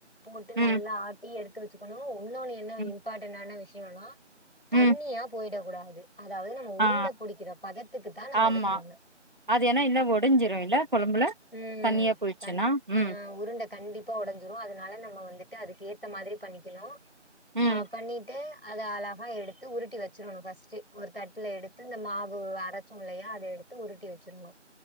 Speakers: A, on the left; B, on the right.
A: போட்டு
B: ம்
A: நல்லா ஆட்டி எடுத்து வெச்சுக்கணு ஒன்னொனு என்ன
B: ம்
A: இம்பாட்டன்ட்டானா விஷயொம்னா தண்ணியா
B: ம்
A: போயிட கூடாது அதாவது நம்ம உருண்ட
B: ஆ
A: பிடிக்கிற பதத்துக்கு தான் நம்ம
B: ஆமா
A: இது பண்ணணு
B: அது ஏன்னா இன்ன ஒடிஞ்சிரு இல்ல கொழம்புல
A: ம்
B: தண்ணியா போயிடுச்சுன்னா ம்
A: உருண்ட கண்டி ப்ப உடைஞ்சிரு அதனால நம்ம வந்துட்டு அதுக்கு ஏத்த மாதிரி பண்ணிக்கணும்
B: ம்
A: ஆ பண்ணிட்டு அத அழகா எடுத்து உருட்டி வெச்சிரணும் ஃபஸ்ட்டு ஒரு தட்டுல எடுத்து இந்த மாவு அரைச்சோம் இல்லையா அத எடு த்து உருட்டி வெச்சிர்ணும்